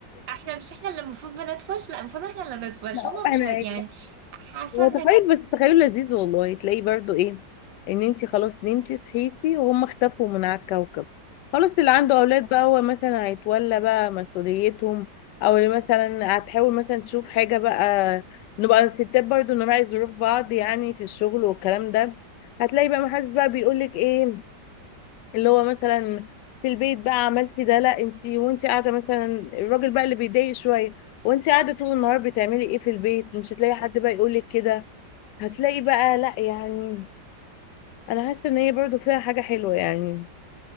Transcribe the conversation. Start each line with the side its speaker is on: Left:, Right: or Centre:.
Right: احنا مش احنا اللي المفروض بندفش لا المفروض احنا اللي ندفش
Left: لا
Right: هما
Left: احنا
Right: مش هت...
Left: يعني
Right: يعني حسن
Left: هو تخيل بس تخيل لذيذ والله تلاقيه برضو ايه ان انت خلاص نمتي صحيتي وهم اختفوا من على الكوكب خلاص اللي عنده اولاد بقى هو مثلا هيتولى بقى مسؤوليتهم او اللي مثلا هتحاول مثلا تشوف حاجة بقى نبقى الستات برضو نراعي ظروف بعض يعني في الشغل والكلام ده هتلاقي بقى محدش بقى بيقولك ايه اللي هو مثلا في البيت بقى عملتي ده لا انت وانت قاعده مثلا الراجل بقى اللي بيتضايق شويه وانت قاعده طول النهار بتعملي ايه في البيت مش هتلاقي حد بقى يقولك كده هتلاقي بقى لا يعني انا حاسه ان هي برضو فيها حاجه حلوه يعني